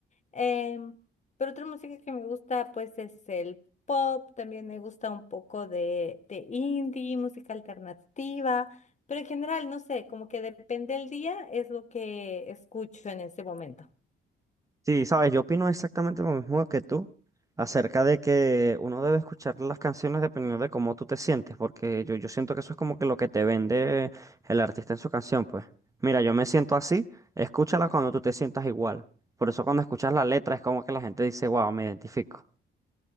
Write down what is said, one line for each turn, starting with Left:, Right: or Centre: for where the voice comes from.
Left: Em, pero otra música que me gusta, pues, es el pop, también me gusta un poco de, de indie, música alternativa, pero en general, no sé, como que depende del día, es lo que escucho en ese momento.
Right: Sí, sabes, yo opino exactamente lo mismo que tú acerca de que uno debe escuchar las canciones dependiendo de cómo tú te sientes, porque yo, yo siento que eso es como que lo que te vende el artista en su canción, pues. Mira, yo me siento así, escúchala cuando tú te sientas igual. Por eso cuando escuchas la letra es como que la gente dice, wow, me identifico.